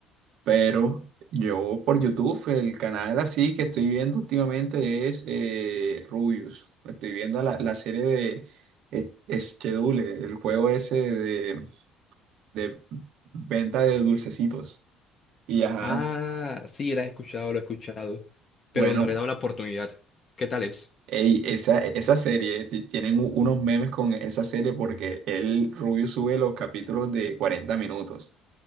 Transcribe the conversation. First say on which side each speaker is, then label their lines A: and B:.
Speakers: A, on the right (about 65°); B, on the left (about 30°).
A: Pero yo por YouTube, el canal así que estoy viendo últimamente es eh, Rubius. Estoy viendo la, la serie de eh, Schedule, el juego ese de, de venta de dulcecitos. Y ajá,
B: Ah, sí, la he escuchado, lo he escuchado,
A: bueno,
B: pero no le he dado la oportunidad. ¿Qué tal es?
A: ey, esa, esa serie, ti- tienen u- unos memes con esa serie porque el Rubius sube los capítulos de 40 minutos.